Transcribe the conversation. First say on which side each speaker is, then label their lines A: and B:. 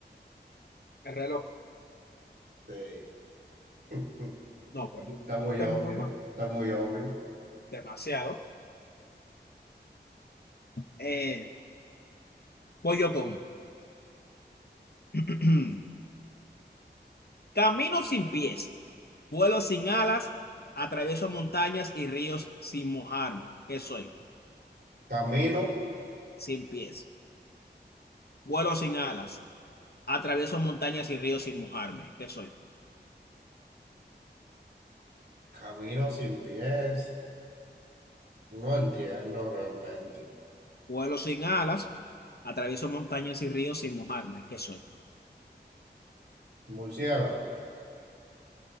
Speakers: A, on the left; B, on the right.
A: el reloj.
B: Sí. <laughs>
A: No, pues,
B: Está muy
A: te
B: obvio,
A: broma.
B: está muy obvio.
A: Demasiado. Eh, voy yo con uno. <clears throat> Camino sin pies Vuelo sin alas, atravieso montañas y ríos sin mojarme. ¿Qué soy?
B: Camino,
A: Sin pies. Vuelo sin alas, atravieso montañas y ríos sin mojarme. ¿Qué soy?
B: camino sin pies. No entiendo realmente.
A: Vuelo sin alas, atravieso montañas y ríos sin mojarme. ¿Qué soy?
B: Murciélago,